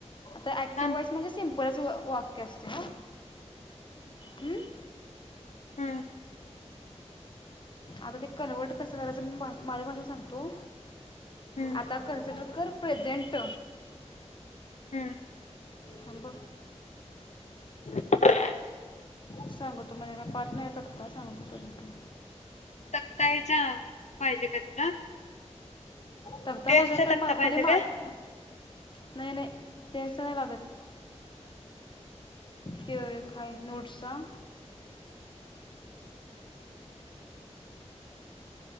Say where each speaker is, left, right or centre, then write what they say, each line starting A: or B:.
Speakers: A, on the left; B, on the left.
A: ते ऍक्टिव्हॉइस
B: थांब
A: म्हणजे सिम्प कुणाच वा वाक्य असते हा हम्म.
B: हम्म,
A: आता ते कन्व्हर्ट कसं करायचं, मी माज़ माझ्या भाषेत सांगतो.
B: हम्म,
A: आता कन्सिडर कर. प्रेझेंट
B: हम्म.
A: थांब.
B: <inaudible>
A: सांगतू माझ्या काय पाट नाही तक्ता, सांगतो तरी पण
B: तक्ता याचा पाहिजे का तुला
A: तक्ता
B: टेन्सचा
A: माझ्याक
B: तक्ता
A: म
B: पाहिजे
A: म्हजे माझ्या
B: काय
A: नई नई. तेच त नाई लागत. त्यो एक हाय नोट्सचा